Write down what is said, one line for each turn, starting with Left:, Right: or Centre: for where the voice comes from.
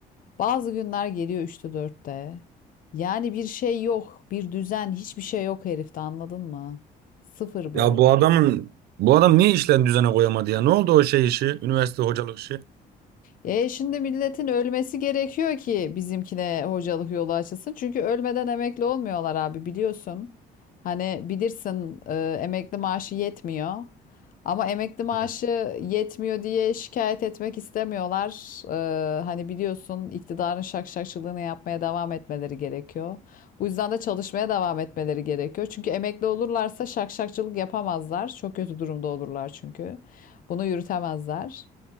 Left: Bazı günler geliyor üçte dörtte. Yani bir şey yok, bir düzen, hiçbir şey yok herifte anladın mı? Sıfır böyle.
Right: Ya bu adamın bu adam niye işlerini düzene koyamadı ya? Ne oldu o şey işi? Üniversite hocalık işi.
Left: E şimdi milletin ölmesi gerekiyor ki bizimkine hocalık yolu açılsın. Çünkü ölmeden emekli olmuyorlar abi biliyorsun. Hani bilirsin e, emekli maaşı yetmiyor. Ama emekli maaşı
Right: Evet.
Left: yetmiyor diye şikayet etmek istemiyorlar. E, hani biliyorsun iktidarın şakşakçılığını yapmaya devam etmeleri gerekiyor. Bu yüzden de çalışmaya devam etmeleri gerekiyor. Çünkü emekli olurlarsa şakşakçılık yapamazlar. Çok kötü durumda olurlar çünkü. Bunu yürütemezler.